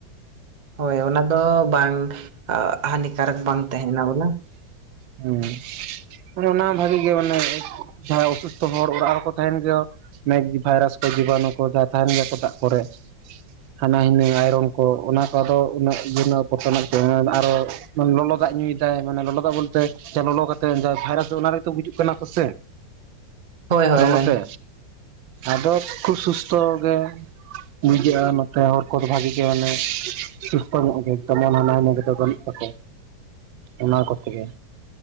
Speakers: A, on the right; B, on the right.
A: ᱦᱳᱭ ᱚᱱᱟ ᱫᱚ ᱵᱟᱝ ᱦᱟᱱᱤᱠᱟᱨᱚᱠ ᱵᱟᱝ ᱛᱟᱦᱮᱱᱟ ᱵᱚᱞᱮ᱾
B: ᱦᱩᱸ ᱢᱟᱱᱮ ᱚᱱᱟ ᱦᱚᱸ ᱵᱷᱟᱜᱤ ᱜᱮ ᱢᱟᱱᱮ ᱡᱟᱦᱟᱸ ᱚᱥᱩᱥᱛᱷᱚ ᱦᱚᱲ ᱚᱲᱟᱜ ᱨᱮᱠᱚ ᱛᱟᱦᱮᱱ ᱜᱮᱭᱟ ᱢᱮᱜ ᱵᱷᱟᱭᱨᱟᱥ ᱠᱚ ᱡᱤᱵᱟᱱᱩ ᱠᱚ ᱡᱟᱦᱟᱸ ᱛᱟᱦᱮᱱ ᱜᱮᱭᱟ ᱠᱚ ᱫᱟᱜ ᱠᱚᱨᱮ ᱦᱟᱱᱟ ᱦᱩᱱᱟᱹ ᱟᱭᱨᱚᱱ ᱠᱚ ᱚᱱᱟ ᱠᱚ ᱟᱫᱚ ᱩᱱᱟᱹᱜ ᱤᱭᱟᱹ ᱨᱮᱱᱟᱜ ᱵᱚᱨᱚᱛᱚᱱᱟᱜ ᱟᱨᱚ ᱢᱟᱱᱮ ᱞᱚᱞᱚ ᱫᱟᱜ ᱧᱩᱭᱫᱟᱭ ᱢᱟᱱᱮ ᱞᱚᱞᱚ ᱫᱟᱜ ᱵᱚᱞ ᱛᱮ ᱞᱚᱞᱚ ᱠᱟᱛᱮ ᱵᱷᱟᱭᱨᱟᱥ ᱫᱚ ᱚᱱᱟ ᱨᱮᱜᱮᱛᱚ ᱵᱩᱡᱩᱜ ᱠᱟᱱᱟ ᱠᱚ ᱥᱮ᱾
A: ᱦᱳᱭ ᱦᱳᱭ
B: ᱞᱚᱞᱚ
A: ᱦᱳᱭ
B: ᱛᱮ ᱟᱫᱚ ᱠᱷᱩᱵ ᱥᱩᱥᱛᱷᱚ ᱜᱮ ᱵᱩᱡᱷᱟᱹᱜᱼᱟ ᱱᱚᱛᱮ ᱦᱚᱲ ᱠᱚᱫᱚ ᱵᱷᱟᱜᱤ ᱜᱮ ᱢᱟᱱᱮ ᱥᱩᱥᱛᱚ ᱧᱚᱜ ᱜᱮ ᱛᱮᱢᱚᱱ ᱦᱟᱱᱟ ᱱᱤᱭᱟ ᱫᱚ ᱵᱟᱱᱩᱜ ᱛᱟᱠᱚᱣᱟ ᱚᱱᱟ ᱠᱚ ᱛᱮ ᱜᱮ